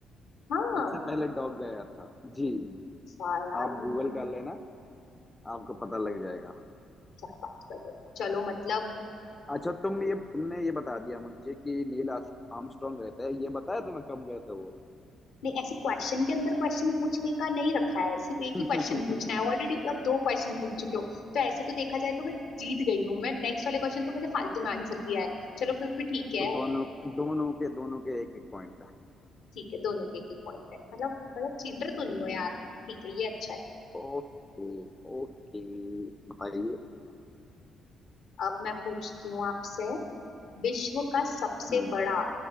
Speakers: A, on the left (about 80°); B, on the left (about 15°).
A: हाँ
B: सबसे पहले डॉग गया था जी
A: सारा यार
B: आप गूगल कर लेना आपको पता लग जाएगा
A: क्या बात कर रहे हो चलो मतलब
B: अच्छा तुम ये तुमने ये बता दिया मुझे कि नील आर्स- आर्मस्ट्रांग रहता है ये बताया तुम्हें कब गए थे वो
A: नहीं ऐसे क्वेश्चन के अंदर क्वेश्चन पूछने का नहीं रखा है सिर्फ एक
B: <laughs>
A: ही क्वेश्चन पूछना है ऑलरेडी अब दो क्वेश्चन पूछ चुके हो तो ऐसे तो देखा जाए तो मैं जीत गई हूँ मैं नेक्स्ट वाले क्वेश्चन तो मैंने फालतू में आंसर दिया है चलो फिर भी ठीक है
B: तो दोनों दोनों के दोनों के एक एक पॉइंट है
A: ठीक है दोनों के एक एक पॉइंट है मतलब मतलब चीटर तो
B: ठीक
A: नहीं हो यार
B: है
A: ठीक है ये अच्छा है
B: Okay okay बताइए
A: अब मैं पूछती हूँ आपसे विश्व का सबसे
B: हम्म
A: बड़ा